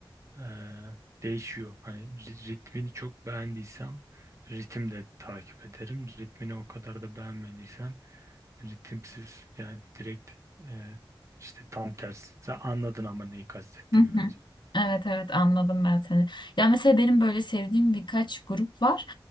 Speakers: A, on the right; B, on the left.
A: Eee, değişiyor. Hani ri- ritmini çok beğendiysem ritim de takip ederim. Ritmini o kadar da beğenmediysem ritimsiz yani direkt eee, işte tam tersi. Sen anladın ama neyi kastettiğimi
B: <laughs>
A: bence.
B: Evet evet anladım ben seni. Ya mesela benim böyle sevdiğim birkaç grup var.